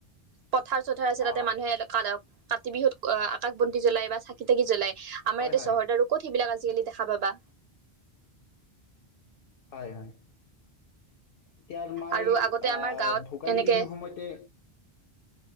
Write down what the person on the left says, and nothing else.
অ',
হয়,
হয়,
হয় হয় এতিয়া তোমাৰ
এই
আহ
ভোগালী
বিহুৰ সময়তে